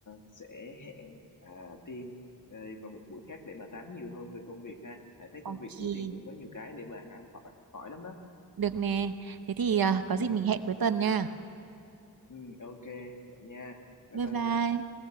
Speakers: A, on the left; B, on the right.
A: sẽ hẹn à, Tiên ờ, vào một buổi khác để mà tám nhiều hơn về công việc ha Hải thấy
B: Ok.
A: công việc của Tiên cũng có nhiều cái để mà học hỏi học hỏi lắm đó
B: được nè thế thì ờ, có
A: ừ
B: gì mình hẹn cuối tuần nha
A: ừ ok vậy nha bye
B: Bye
A: bye
B: bye.
A: Tiên